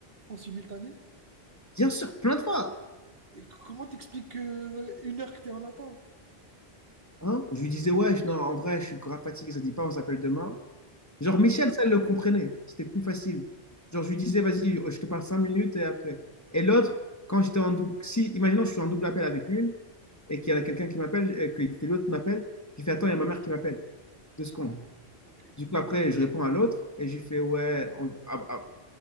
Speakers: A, on the right (about 60°); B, on the left (about 15°).
A: en simultané.
B: bien sûr, plains-toi.
A: Et comment t'expliques euh, une heure que t'es en attente?
B: Hein? Je lui disais, ouais, je- non, en vrai, je suis grave fatigué, ça dit pas, on s'appelle demain. Genre,
A: Ah,
B: Michel, ça, elle le comprenait. C'était plus facile. Genre, je lui disais, vas-y, oh, je te parle cinq minutes et après. Et l'autre, quand j'étais en double, si, imaginons, je suis en double appel avec une et qu'il y en a quelqu'un qui m'appelle et que, que l'autre m'appelle, j'ai fait attends, il y a ma mère qui m'appelle. Deux secondes.
A: ah, ok.
B: Du coup, après, je réponds à l'autre et j'ai fait ouais, on- ah, ah,